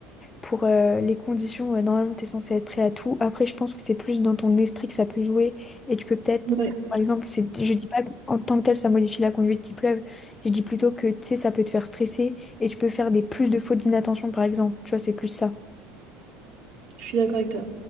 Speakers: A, on the left; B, on the right.
A: pour euh, les conditions, euh, normalement, tu es censé être prêt à tout. Après, je pense que c'est plus dans ton esprit que ça peut jouer. Et tu peux peut-être,
B: ouais,
A: par exemple, c'est- je dis pas qu'en tant que tel, ça modifie la conduite qui pleuve. Je dis plutôt que, tu sais, ça peut te faire stresser et tu peux faire des plus de fautes d'inattention, par exemple. Tu vois, c'est plus ça.
B: Je suis d'accord avec toi.